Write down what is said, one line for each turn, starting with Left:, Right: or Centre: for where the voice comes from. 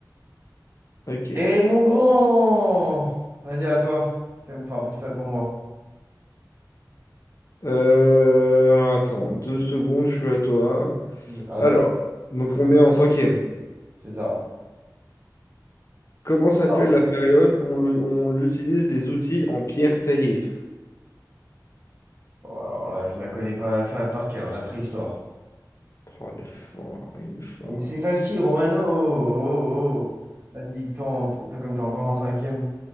Left: ok.
Right: Et mon grand! Vas-y, à toi. Fais, enfin, pour, fais pour moi.
Left: Euh, alors attends, deux secondes, je suis à toi.
Right: Un,
Left: Alors,
Right: deux.
Left: donc on est en cinquième.
Right: C'est ça.
Left: Comment s'appelle
Right: Ah.
Left: la période où on l'u- on l'utilise des outils en pierre taillée?
Right: Bon, alors là, je la connais pas fa- par cœur, la préhistoire.
Left: Oh, il est fort, il est fort.
Right: Et c'est facile, Romano. Oh, oh, oh. oh. Vas-y, toi, en- toi, comme t'es encore en cinquième,